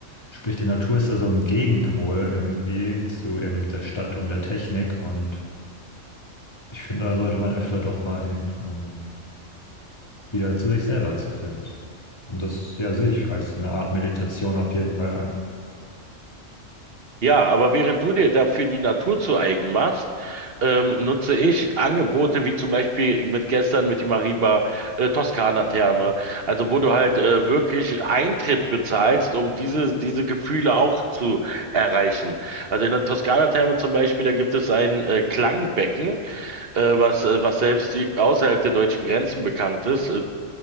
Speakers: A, on the left; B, on the right.
A: Sprich, die Natur ist da so ein Gegenpol irgendwie zu eben der Stadt und der Technik und ich finde, da sollte man öfter doch mal hin, um wieder zu sich selber zu finden. Und das, ja, sehe ich als eine Art Meditation auf jeden Fall an.
B: Ja, aber während du dir dafür die Natur zu eigen machst, ähm, nutze ich Angebote wie zum Beispiel mit gestern mit die Mariba äh, Toskana-Therme,
A: Mhm.
B: also wo du halt äh, wirklich Eintritt bezahlst, um diese diese Gefühle auch zu erreichen. Also in der Toskana-Therme zum Beispiel, da gibt es ein äh, Klangbecken. äh, was, äh, was selbst die, außerhalb der deutschen Grenzen bekannt ist äh,